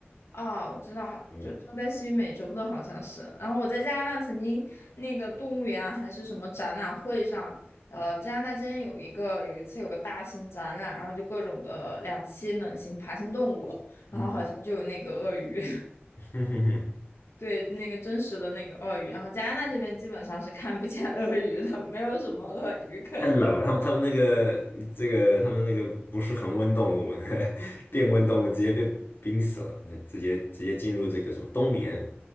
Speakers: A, on the left; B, on the left.
A: 哦，我知道，好，
B: 短吻，
A: 就就类似于美洲的，好像是。然后我在加拿大曾经那个动物园啊还是什么展览会上，呃，加拿大之前有一个有一次有个大型展览，然后就各种的两栖冷型爬行动物，然后好像就有那个鳄鱼，
B: 嗯。
A: <laughs>
B: <laughs>
A: 对，那个真实的那个鳄鱼。然后加拿大这边基本上是看不见鳄鱼的，没有什么鳄鱼可言。
B: 太冷了，他们他们那个这个他们那个不是恒温动物，<laughs> 变温动物直接被冰死了，那直接直接进入这个什么冬眠。